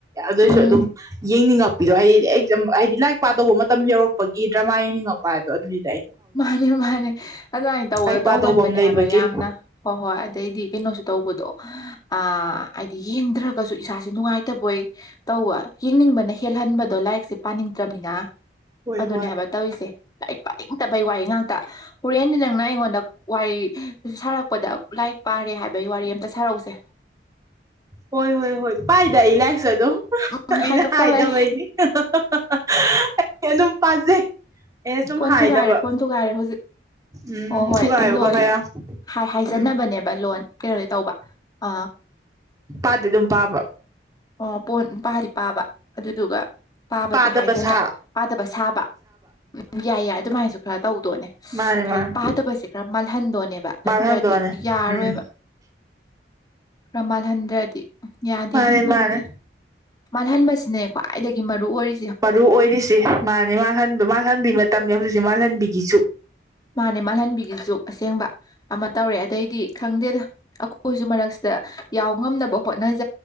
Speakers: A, on the right (about 20°); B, on the left (about 20°).
A: ꯑꯗꯨꯑꯣꯏꯁꯨ
B: ꯎꯝ
A: ꯑꯗꯨꯝ ꯌꯦꯡꯅꯤꯡꯉꯛꯄꯤꯗꯣ ꯍꯥꯏꯗꯤ ꯍꯥꯏꯗꯤ ꯂꯥꯏꯔꯤꯛ ꯄꯥꯗꯧꯕ ꯃꯇꯝ ꯌꯧꯔꯛꯄꯒꯤ ꯗ꯭ꯔꯃꯥ ꯌꯦꯡꯅꯤꯡꯉꯛꯄ ꯍꯥꯏꯕꯗꯣ ꯑꯗꯨꯗꯤ
B: ꯃꯥꯅꯦ ꯃꯥꯅꯦ ꯑꯗꯨꯃꯥꯏꯅ ꯇꯧꯕꯗꯣ
A: ꯂꯥꯏꯔꯤꯛ ꯄꯥꯗꯧꯕ
B: ꯇꯧꯒꯟꯕꯅꯦ
A: ꯑꯃ ꯂꯩꯕꯒꯤ
B: ꯍꯥꯏꯕ ꯌꯥꯝꯅ ꯍꯣꯏ ꯍꯣꯏ ꯑꯗꯩꯗꯤ ꯀꯩꯅꯣꯁꯨ ꯇꯧꯕꯗꯣ ꯑ ꯍꯥꯏꯗꯤ ꯌꯦꯡꯗ꯭ꯔꯒꯁꯨ ꯏꯁꯥꯁꯦ ꯅꯨꯡꯉꯥꯏꯇꯕꯣꯏ ꯇꯧꯋ ꯌꯦꯡꯅꯤꯡꯕꯅ ꯍꯦꯜꯍꯟꯕꯗꯣ ꯂꯥꯏꯔꯤꯛꯁꯦ ꯄꯥꯅꯤꯡꯗ꯭ꯔꯕꯅꯤꯅ
A: ꯍꯣꯏ
B: ꯑꯗꯨꯅꯦ
A: ꯍꯣꯏ
B: ꯍꯥꯏꯕ ꯇꯧꯔꯤꯁꯦ ꯐꯠꯇꯕꯩ ꯋꯥꯔꯤ ꯉꯥꯛꯇ ꯍꯣꯔꯦꯟꯗꯤ ꯅꯪꯅ ꯑꯩꯉꯣꯟꯗ ꯋꯥꯔꯤ ꯁꯥꯔꯛꯄꯗ ꯂꯥꯏꯔꯤꯛ ꯄꯥꯔꯦ ꯍꯥꯏꯕ ꯋꯥꯔꯤ ꯑꯝꯇ ꯁꯥꯔꯛꯎꯁꯦ
A: ꯍꯣꯏ ꯍꯣꯏ ꯍꯣꯏ ꯄꯥꯏꯗ ꯏꯂꯥꯏ ꯁ ꯑꯗꯨꯝ
B: ꯎꯝ
A: ꯑꯩꯅ
B: ꯍꯥꯏꯗꯣꯛꯇꯕꯩ
A: ꯍꯥꯏꯗꯕꯩꯅꯤ ꯑꯩ ꯑꯗꯨꯝ ꯄꯥꯖꯩ ꯑꯩꯅ ꯁꯨꯝ
B: ꯐꯣꯟ
A: ꯍꯥꯏꯗꯕ
B: ꯊꯨꯒꯥꯏꯔꯦ ꯐꯣꯟ ꯊꯨꯒꯥꯏꯔꯦ ꯍꯧꯖꯤꯛ
A: ꯎꯝ
B: ꯑꯣ ꯍꯣꯏ
A: ꯊꯨꯒꯥꯏꯌꯣ
B: ꯂꯣꯟ
A: ꯈꯔ ꯈꯔ ꯌꯥꯝ
B: ꯍꯥꯏꯖꯅꯕꯅꯦꯕ
A: ꯎꯝ
B: ꯂꯣꯟ ꯀꯦꯔꯣꯂ ꯇꯧꯕ ꯑ
A: ꯄꯥꯗꯤ ꯑꯗꯨꯝ ꯄꯥꯕ
B: ꯑꯣ ꯄꯄꯥꯗꯤ ꯄꯥꯕ ꯑꯗꯨꯗꯨꯒ ꯄꯥꯕꯗꯤ
A: ꯄꯥꯗꯕ
B: ꯍꯥꯏꯁꯅ
A: ꯁꯥ
B: ꯄꯥꯗꯕ ꯁꯥꯕ ꯎꯝ ꯌꯥꯏ ꯌꯥꯏ ꯑꯗꯨꯃꯥꯏꯁꯨ ꯈꯔ ꯇꯧꯗꯣꯅꯦ
A: ꯃꯥꯅꯦ ꯃꯥꯅꯦ
B: ꯍꯥꯏꯗꯤ ꯄꯥꯗꯕꯁꯦ ꯈꯔ ꯃꯥꯜꯍꯟꯗꯣꯅꯦꯕ ꯅꯠꯇ꯭ꯔꯗꯤ
A: ꯃꯥꯅ ꯍꯟꯗꯣꯛꯑꯅꯦ
B: ꯌꯥꯔꯣꯏꯕ
A: <unintelligible>
B: ꯔꯃꯥꯜ ꯍꯟꯗ꯭ꯔꯠ ꯍꯥꯏꯗꯤ ꯌꯥꯗꯦꯅꯦ
A: ꯃꯥꯅꯦ
B: ꯇꯧꯔꯤꯁꯦ
A: ꯃꯥꯅꯦ
B: ꯃꯜꯍꯟꯕꯁꯤꯅꯦ ꯈ꯭ꯋꯥꯏ ꯃꯔꯨꯑꯣ ꯑꯣꯏ
A: ꯃꯔꯨ ꯑꯣꯏꯔꯤꯁ ꯃꯥꯅꯦ ꯃꯥꯜꯍꯟ ꯃꯥꯜꯍꯟꯕꯤ ꯃꯇꯝꯅꯤ ꯍꯧꯖꯤꯛꯁꯦ ꯃꯥꯜꯍꯟꯕꯤꯈꯤꯁꯨ
B: ꯃꯥꯅꯦ ꯃꯥꯜꯍꯟꯕꯤꯒꯤ ꯖꯨꯛ ꯑꯁꯦꯡꯕ ꯑꯃ ꯇꯧꯔꯦ ꯑꯗꯩꯗꯤ ꯈꯪꯗꯦꯗ ꯑꯩꯈꯣꯏꯁꯨ ꯃꯔꯛꯁꯤꯗ ꯌꯥꯎ ꯉꯝꯅꯕ ꯍꯣꯠꯅꯖꯩ